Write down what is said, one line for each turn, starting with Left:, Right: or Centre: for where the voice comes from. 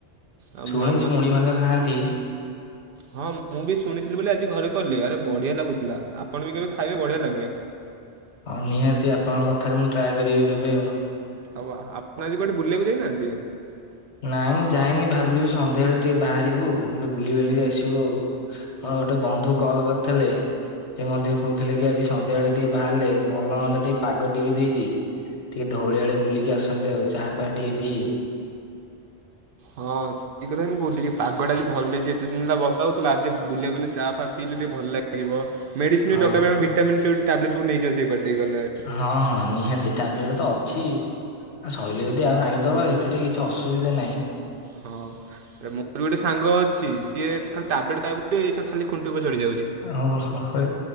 Right: ଆଉ
Left: ଶୁଣିଛି
Right: ଆମ
Left: ମୁଢି ମାଂସ ଖାଆନ୍ତି।
Right: ହଁ ମୁଁ ବି ଶୁଣିଥିଲି ବୋଲି ଆଜି ଘରେ କଲିି ଆରେ ବଢିଆ ଲାଗୁଥିଲା। ଆପଣ ବି କେବେ ଖାଇବେ ବଢିଆ ଲାଗେ।
Left: ହଁ ନିହାତି ଆପଣଙ୍କ କଥାରେ ମୁଁ ଟ୍ରାଏ କରିବି କେବେ ଆଉ
Right: ହଉ ଆପଣ ଆଜି କୁଆଡେ ବୁଲିବାକୁ ଯାଇନାହାନ୍ତି?
Left: ନାଇଁ ମୁଁ ଯାଇନି ଭାବୁଛିି ସନ୍ଧ୍ୟାବେଳେ ଟିକେ ବାହାରିବୁ ବୁଲି ବଲିକି ଆସିବୁ ଆଉ
Right: ହଁ
Left: ମୋର ଗୋଟେ ବନ୍ଧୁ କଲ କରିଥିଲେ ସେ ମଧ୍ୟ କହୁଥିଲେ କି ଆଜି ସନ୍ଧ୍ୟାବେଳେ ଟିକେ ବାହାରିଲେ ଭଲ ହନ୍ତା ଟିକେ ପାଗ ଟିକେ ଦେଇଛି ଟିକେ ଧଉଳି ଆଡେ ବୁଲିକି ଆସନ୍ତେ ଆଉ ଚାହାଫାହା ଟିକେ ପି
Right: ହଁ ସେଇ କଥା ମୁଁ କହୁଥିଲି କି ପାଗଟା ଆଜି ଭଲ ଦେଇଛି ଏତେ ଦିନ ହେଲା ବସା ହଉଥିଲା ଆଜି ବୁଲିବା ଗଲେ ଚା ଫା ପିଇଲେ ଟିକେ ଭଲ ଲାଗିବ ମେଡ଼ିସିନ
Left: ହଁ
Right: ବି ଦରକାର ପାଇଁ ଭିଟାମିନ୍ ସବୁ ଟ୍ୟାବଲେଟ୍ ସବୁ ନେଇଯିବା ସେଇପଟ ଦେଇ ଗଲେ।
Left: ହଁ ହଁ ନିହାତି ଟ୍ୟାବଲେଟ ତ ଅଛି ଆ ଶଇଲେ ଯଦି ଆଉ ଆଣିଦବା ଏଥିରେ କିଛି ଅସୁବିଧା ନାହିଁ
Right: ହଁ ମୋର ଗୋଟେ ସାଙ୍ଗ ଅଛି ସିଏ ଖାଲି ଟାବଲେଟ ଖାଇବ ଖାଲି ଖୁଣ୍ଟି ଉପରେ ଚଢି ଯାଉଛି
Left: ଓ ହୋ ହୋଇ